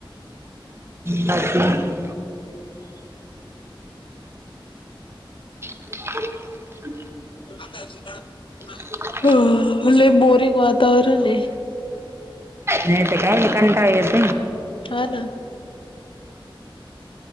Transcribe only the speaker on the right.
बाकी. Four wheeler.
ह
नाहीेत काय कंटा आहे येत.